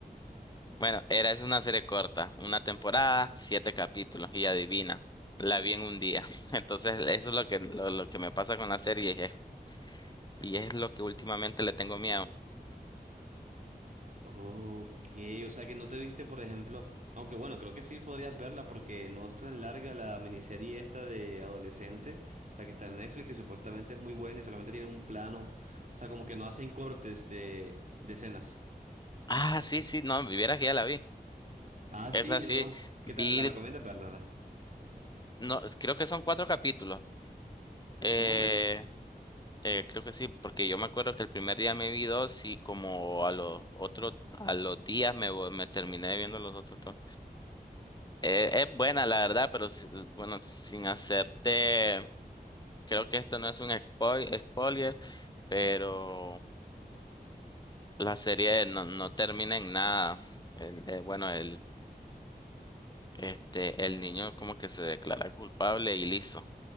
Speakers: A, on the left; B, on the right.
A: bueno, era, es una serie corta, una temporada, siete capítulos, y adivina, la vi en un día. <laughs> Entonces, eso es lo que, lo, lo que me pasa con la serie. Y es y es lo que últimamente le tengo miedo.
B: Ok, o sea que no te viste, por ejemplo, aunque bueno, creo que sí podrías verla porque no es tan larga la miniserie esta de adolescente, la que está en Netflix, que supuestamente es muy buena y solamente tiene un plano, o sea, como que no hacen cortes de, de escenas.
A: Ah, sí, sí, no, viviera que ya la vi.
B: Ah, sí,
A: es así
B: yo, ¿qué
A: vi,
B: tal? Me la recomiendas verla,
A: no, creo que son cuatro capítulos. Eh,
B: más o menos.
A: eh, creo que sí, porque yo me acuerdo que el primer día me vi dos y como a los otros, a los días me, vo- me terminé viendo los otros dos. Eh, es buena, la verdad, pero si- bueno, sin hacerte, creo que esto no es un spoil- spoiler, pero la serie no, no termina en nada. El- eh, bueno, el, este, el niño como que se declara culpable y listo.